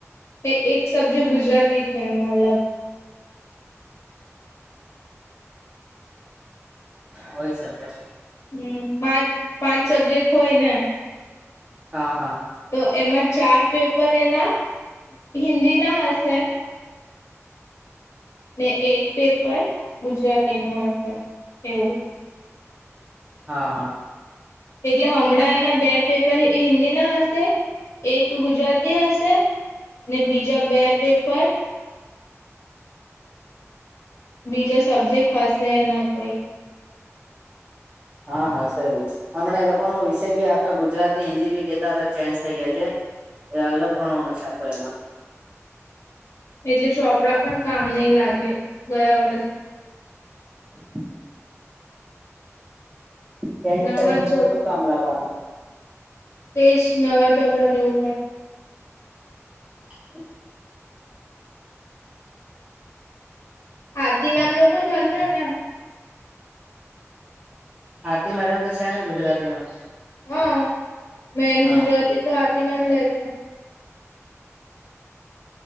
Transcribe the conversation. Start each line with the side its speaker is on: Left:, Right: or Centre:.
Left: એ એક શબ્જ ગુજરાતી છે એનું અલગ
Right: હોય શકે.
Left: હમ પાંચ પાંચ સબ્જેક્ટ હોય ને.
Right: હા હા.
Left: તો એમાં ચાર પેપર એના હિન્દી ના હશે ને એક પેપર ગુજરાતી નું હશે એવું
Right: હા હા.
Left: એટલે હમણાં એના બે પેપર હિન્દી ના હશે એક ગુજરાતી હશે. ને બીજા બે પેપર. બીજો સબ્જેક્ટ હશે એના કોઈ.
Right: હા હા સે વિસ હમણાં એ લોકો નું વિષય બી આખા ગુજરાતી હિન્દી બી કેતા હતા ચેન્જ થઇ ગયા છે. એ અલગ ગણવાનો છે આખો એમાં.
Left: એટલે ચોપડા પણ કામ નઈ લાગે ગયા વર્ષ
Right: <inaudible> ચેન્જ
Left: નવા
Right: કરી મુકે
Left: ચોપ
Right: તો શું કામ લાગવાનું.
Left: તેજ નવા ચોપડા નેવું પડ
Right: <inaudible>
Left: આરતી મેમ લોકો જ હશે ને.
Right: આરતી મેડમ તો છે ને ગુજરાતીમાં.
Left: હા મેન
Right: હા.
Left: ગુજરાતી તો આરતી મેમ લે છે.